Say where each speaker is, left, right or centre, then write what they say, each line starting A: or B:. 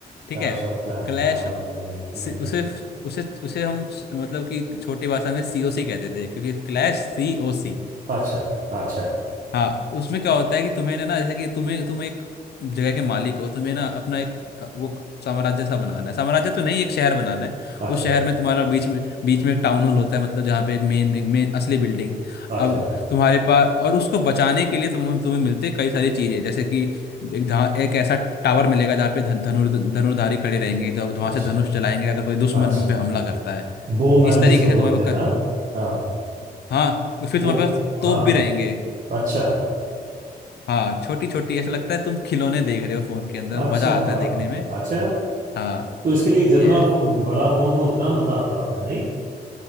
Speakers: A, on the left (about 75°); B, on the right (about 55°).
A: ठीक
B: Clash
A: है
B: of clan
A: क्लैश
B: हाँ नहीं नहीं
A: उसे उसे उसे हम स- मतलब कि छोटी भाषा में सीओसी कहते थे क्योंकि क्लैश सीओसी
B: अच्छा अच्छा
A: हाँ उसमें क्या होता है कि तुम्हें ना ना जैसे कि तुम्हें तुम एक जगह के मालिक हो तुम्हें ना अपना एक अ, वो साम्राज्य सा बनाना है साम्राज्य तो नहीं एक शहर बनाना है
B: अच्छा
A: उस शहर में तुम्हारा बीच में बीच में एक टाउन हॉल होता है मतलब जहाँ पे एक मेन एक मेन असली बिल्डिंग
B: अच्छा
A: अब तुम्हारे पास और उसको बचाने के लिए तुम्हें तुम्हें मिलते हैं कई सारी चीजें जैसे कि एक जहाँ एक ऐसा टावर मिलेगा जहाँ पे धन- धनुर धनुर्धारी खड़े रहेंगे जब वहां
B: अच्छा
A: से धनुष चलाएंगे अगर कोई दुश्मन
B: अच्छा
A: हम पे हमला करता है
B: बोमैन
A: इस तरीके
B: जिसको
A: से तुम्हारे
B: बोलते
A: पास
B: हैं
A: क-
B: हाँ हाँ
A: हाँ फिर
B: वो
A: तुम्हारे पास तोप
B: हाँ
A: भी रहेंगे
B: अच्छा
A: हाँ छोटी छोटी ऐसा लगता है तुम खिलौने देख रहे हो फोन के अंदर
B: अच्छा
A: मजा आता है देखने में
B: अच्छा
A: हाँ
B: तो इसके लिए जितना
A: ये है
B: फो, बड़ा फोन हो उतना मजा आता होगा नहीं